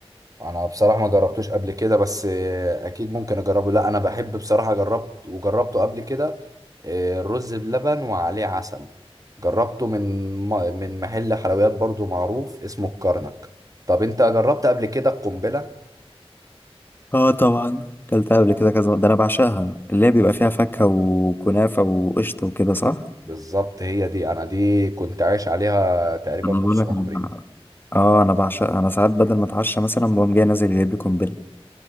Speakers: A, on the right (about 35°); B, on the left (about 20°).
A: انا بصراحه ما جربتوش قبل كده بس آه، اكيد ممكن اجربه لا انا بحب بصراحه جربت وجربته قبل كده آه، الرز بلبن وعليه عسل جربته من م- من محل حلويات برضو معروف اسمه الكرنك طب انت جربت قبل كده القنبله
B: اه طبعا كلتها قبل كده كذا مرة. ده انا بعشقها اللي هي بيبقى فيها فاكهة وكنافة وقشطة وكده صح؟
A: بالظبط هي دي انا دي كنت عايش عليها تقريبا
B: انا
A: نص
B: بقول لك أنا
A: عمري
B: بع- اه انا بعشقها انا ساعات بدل ما اتعشى مثلا بقوم جاي نازل جايب لي قنبلة